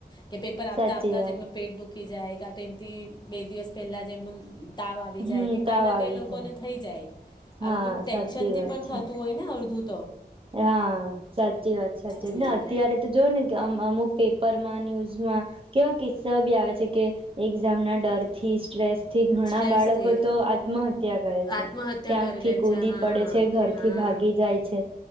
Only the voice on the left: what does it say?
કે પેપર આપતા
આપતા
જ એમનું પેટ મૂકી જાય ક આ તો એમથી બે દિવસ પહેલાં જ એમનું તાવ આવી
જાય કે કઈ
ના
કઈ લોક
મને થઈ જાય આ
બધું ટેન્શનથી
પણ
થતું હોયને આ બધું.
હમ
સ્ટ્રેસથી
આત્મહત્યા
કરી
લે
છે હા
હા